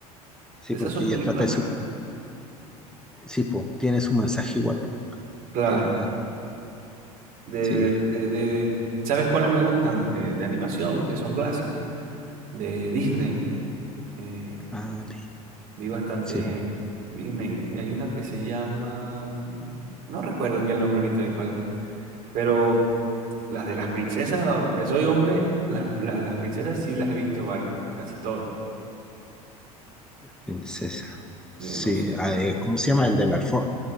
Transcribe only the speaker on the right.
Esas
son
películas
buenas.
Claro.
De,
de, de- ¿sabes cuáles me gustan? Eh, de animación, que son clásicas. De Disney. Eh,
Vi bastante
Disney. Hay una que se llama... mm, No recuerdo aquí el nombre ahorita de cuál, pero las de las princesas, aunque soy hombre, las, las de las princesas sí las he visto varias, casi todas.
Eh, no sé.
las-